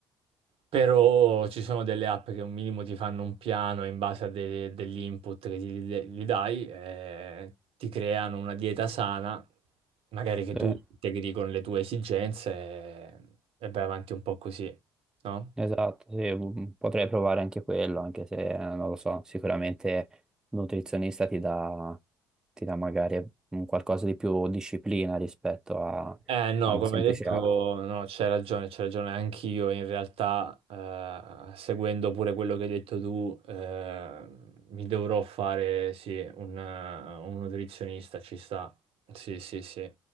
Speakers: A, on the right; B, in the centre.
A: però ci sono delle app che un minimo ti fanno un piano in base a de- degli input che ti- gli dai, e ti creano una dieta sana, magari che
B: Sì.
A: tu integri con le tue esigenze e, e vai avanti un po' così, no?
B: Esatto, sì, mm, potrei provare anche quello, anche se eh, non lo so, sicuramente un nutrizionista ti dà, ti dà magari un qualcosa di più disciplina rispetto a,
A: Eh no,
B: a una
A: come
B: semplice
A: hai detto,
B: app.
A: no, c'hai ragione, c'hai ragione anch'io. In realtà, eh, seguendo pure quello che hai detto tu, eh, mi dovrò fare, sì, un, eh, un nutrizionista, ci sta. Sì, sì, sì.